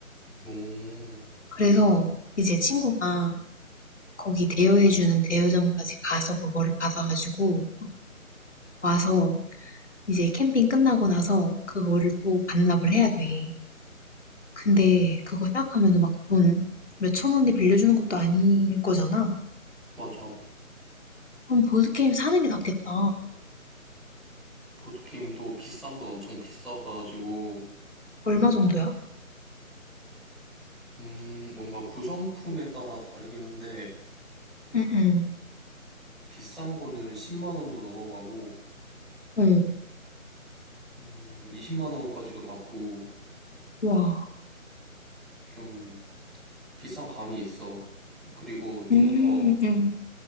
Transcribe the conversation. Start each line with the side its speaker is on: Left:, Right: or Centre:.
Centre: 오,
Left: 그래서 이제 친구가 거기 대여해주는 대여점까지 가서 그거를 받아가지고 와서 이제 캠핑 끝나고 나서 그거를 또 반납을 해야 돼. 근데 그거 생각하면 막 돈 몇천 원에 빌려주는 것도 아닐 거잖아.
Centre: 맞아.
Left: 그럼 보드게임 사는 게 낫겠다.
Centre: 보드게임도 비싼 건 엄청 비싸가지고,
Left: 얼마 정도야?
Centre: 음, 뭔가 구성품에 따라 다르긴 한데,
Left: 응응.
Centre: 비싼 거는 10만 원도 넘어가고,
Left: <gasps> 어
Centre: 음, 20만 원까지도 받고,
Left: 와.
Centre: 좀 비싼 감이 있어. 그리고 좀더
Left: 음, 음.